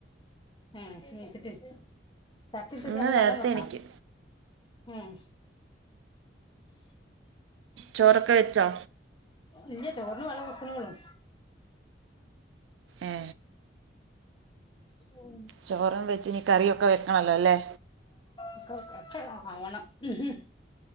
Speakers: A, on the left; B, on the right.
A: ഏഹ് നീച്ചിട്ടില് ചട്ടി ഇട്ത്തിട്ട്
B: ഇന്ന്
A: അവ്ടെ
B: നേരത്തെ
A: വെള്ളം വെക്കണം
B: എനിക്ക്
A: ഉം
B: ചോറൊക്കെ വെച്ചോ
A: ഇല്ല്യ ചോറിന് വള്ളം വെക്ക്ണോള്ളൂ
B: ഏ
A: ഉം
B: ചോറും വെച്ച് ഇനി കറിയൊക്കെ വെക്കണല്ലോ ല്ലേ
A: ഇപ്പൊ ഒക്കെ ആവണം ഉം ഹും